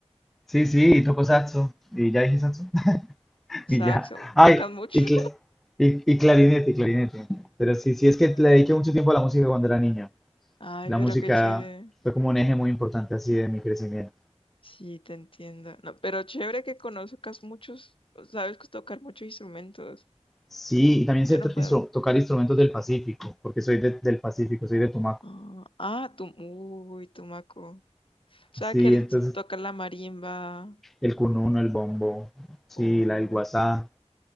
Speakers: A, in the centre; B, on the left.
A: sí, sí, tocó saxo. ¿Y ya dije saxo? <laughs>
B: Saxo,
A: Y ya. Ay,
B: ¿tocas mucho?
A: y, cla- y- y clarinete, y clarinete. Pero sí,
B: <laughs>
A: sí, es que le dediqué mucho tiempo a la música cuando era niño.
B: Ay,
A: La
B: pero
A: música
B: qué chévere.
A: fue como un eje muy importante así de mi crecimiento.
B: Sí, te entiendo. No, pero chévere que conozcas muchos, sabes que tocar muchos instrumentos.
A: Sí, y también
B: Yo
A: sé
B: no
A: to- instru-
B: puedo.
A: tocar instrumentos del Pacífico, porque soy de- del Pacífico, soy de Tumaco.
B: Ah, ah, tú, uy, tumaco. O sea,
A: Sí,
B: que el-
A: entonces
B: toca la marimba.
A: el cununo, el bombo, sí,
B: Oh,
A: la, el guasá.